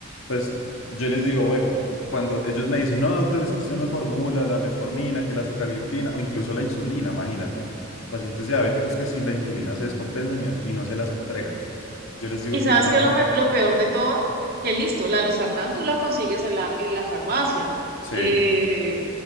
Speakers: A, on the left; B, on the right.
A: pues eh, yo les digo, bueno, cuando ellos me dicen, no, doctor, es
B: Mm.
A: que usted me formula la metformina, que la sitagliptina o incluso la insulina, imagínate. Pacientes diabéticos que si la insulina se descompensan y no, se y no se las entregan. Yo les digo,
B: Y sabes
A: pues nada,
B: que lo, me- lo peor de todo, que listo, la losartán tú la consigues en la, en la farmacia,
A: sí,
B: eh,